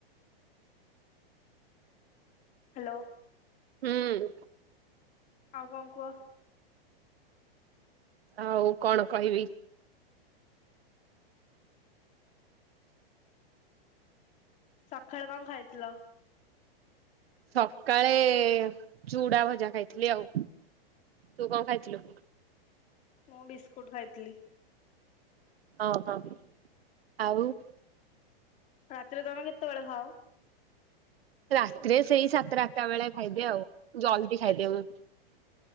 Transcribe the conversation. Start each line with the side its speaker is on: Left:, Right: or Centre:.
Left: ହାଲୋ।
Right: ହୁଁ।
Left: ଆଉ କଣ କୁହ।
Right: ଆଉ କଣ କହିବି
Left: ସଖାଳେ କଣ ଖାଇଥିଲ?
Right: ସକାଳେ ଚୁଡା ଭଜା ଖାଇଥିଲି ଆଉ, ତୁ କଣ ଖାଇଥିଲୁ?
Left: ମୁଁ ବିସ୍କୁଟ୍ ଖାଇଥିଲି।
Right: ଓହୋ, ଆଉ
Left: ରାତିରେ ତମେ କେତବଳେ ଖାଅ?
Right: ରାତିରେ ସେଇ ସାତଟା ଆଠଟା ବେଳେ ଖାଇଦିଏ ଆଉ, ଜଲ୍ଦି ଖାଇଦିଏ
Left: ଏ
Right: ମୁଁ।